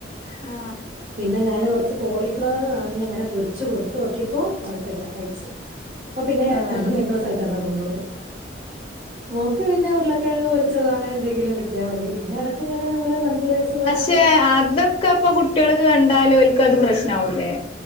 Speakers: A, on the left; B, on the right.
A: ഹാ..
B: പിന്നെ ഞാന് കുറച്ച് കോളിഫ്ലവർ വാങ്ങി അങ്ങനെ പൊരിച്ച്കൊടുത്തു നോക്കിയപ്പോ കൊഴപ്പമില്ല കഴിച്ചു ഇപ്പ പിന്നെ
A: ആഹ്
B: രണ്ടു ദിവസായിട്ട് അതാകൊണ്ടുപോണെ മോക്ക് പിന്നെ ഉരുളകിഴങ്ങ് പൊരിച്ചതോ അങ്ങനെ എന്തെങ്കിലും കിട്ടിയാ മതി പിന്നെ ഇടക്ക്ങ്ങനെ നമ്മള് മന്തി റൈസ് പോലെ
A: <inaudible> അതൊക്കെപ്പൊ കുട്ടികൾക്ക് കണ്ടാല് ഓൽക്ക് അത് പ്രശനാവുല്ലേ